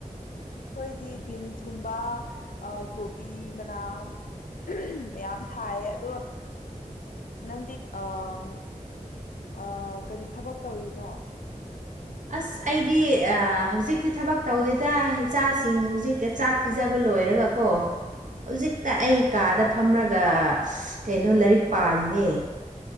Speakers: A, on the left (about 80°); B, on the right (about 65°).
A: ꯑꯩꯈꯣꯏꯗꯤ ꯕꯤꯟꯁꯒꯨꯝꯕ ꯑ ꯀꯣꯕꯤ ꯃꯅꯥꯝ ꯃꯌꯥꯝ ꯊꯥꯏꯌꯦ ꯑꯗꯣ꯫ ꯅꯪꯗꯤ ꯑꯝ ꯑꯥ ꯀꯔꯤ ꯊꯕꯛ ꯇꯧꯔꯤꯅꯣ꯫
B: ꯑꯁ ꯑꯩꯗꯤ ꯑꯥ ꯍꯧꯖꯤꯛꯇꯤ ꯊꯕꯛ ꯇꯧꯗꯦꯗ ꯏꯆꯥꯁꯤꯡ ꯍꯨꯖꯤꯛ ꯆꯥꯛ__ ꯄꯤꯖꯕ ꯂꯣꯏꯔꯒꯀꯣ꯫
A: <inaudible>
B: ꯍꯧꯖꯤꯛꯇ ꯑꯩ ꯀꯥꯗ ꯐꯝꯔꯒ ꯀꯩꯅꯣ ꯂꯥꯏꯔꯤꯛ ꯄꯥꯔꯤꯅꯦ꯫